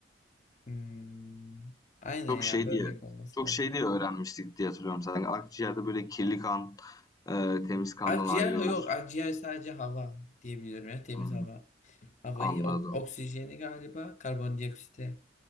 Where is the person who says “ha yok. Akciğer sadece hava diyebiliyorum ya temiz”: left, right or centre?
Left